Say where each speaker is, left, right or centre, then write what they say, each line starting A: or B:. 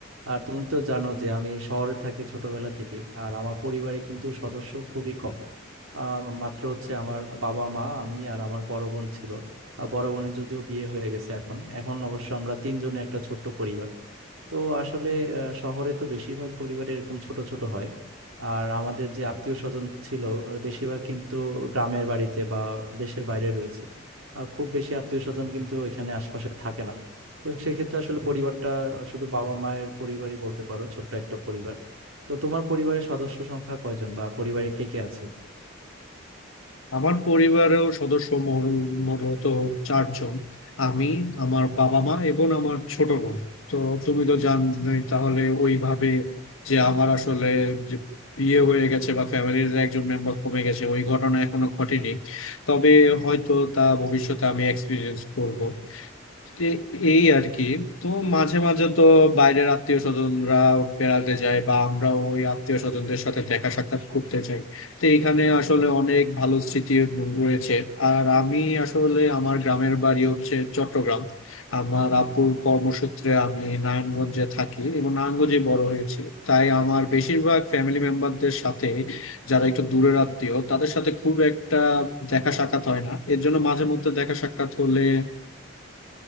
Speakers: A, on the right; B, on the left.
A: আর তুমি তো জানো যে আমি শহরে থাকি ছোটবেলা থেকে আর আমার পরিবারে কিন্তু সদস্য খুবই কম আহ, মাত্র হচ্ছে আমার বাবা মা আমি আর আমার বড় বোন ছিল আহ, বড় বোনের যদিও বিয়ে হয়ে গেছে এখন এখন অবশ্য আমরা তিনজনে একটা ছোট্ট পরিবার তো আসলে আহ, শহরে তো বেশিরভাগ পরিবার এরকম ছোট ছোট হয় আর আমাদের যে আত্মীয় স্বজন ছিল আহ, বেশিরভাগ কিন্তু গ্রামের বাড়িতে বা দেশের বাইরে রয়েছে আর খুব বেশি আত্মীয় স্বজন কিন্তু এখানে আশপাশে থাকে না তো সেক্ষেত্রে আসলে পরিবারটা শুধু বাবা মায়ের পরিবারই বলতে পারো ছোট্ট একটা পরিবার তো তোমার পরিবারের সদস্য সংখ্যা কয়জন বা পরিবারে কে কে আছে
B: আমার পরিবারেও সদস্য মোর- মোট চারজন আমি আমার বাবা মা এবং আমার ছোট বোন তো তুমি তো জানোই তাহলে ওইভাবে যে আমার আসলে যে বিয়ে হয়ে গেছে বা ফ্যামিলির একজন মেম্বার কমে গেছে ওই ঘটনা এখনো ঘটেনি তবে হয়তো তা ভবিষ্যতে আমি এক্সপিরিয়েন্স করব এ- এই আর কি তো মাঝে মাঝে তো বাইরের আত্মীয় স্বজনরা বেড়াতে যায় বা আমরা ওই আত্মীয় স্বজনদের সাথে দেখা সাক্ষাৎ করতে যাই তো এখানে আসলে অনেক ভালো স্মৃতি রয়েছে আর আমি আসলে আমার গ্রামের বাড়ি হচ্ছে চট্টগ্রাম আমার আব্বুর কর্মসূত্রে আমি নারায়ণগঞ্জে থাকি এবং নারায়ণগঞ্জে বড় হয়েছি তাই আমার বেশিরভাগ ফ্যামিলি মেম্বারদের সাথে যারা একটু দূরের আত্মীয় তাদের সাথে খুব একটা দেখা সাক্ষাৎ হয় না এর জন্য মাঝে মধ্যে দেখা সাক্ষাৎ হলে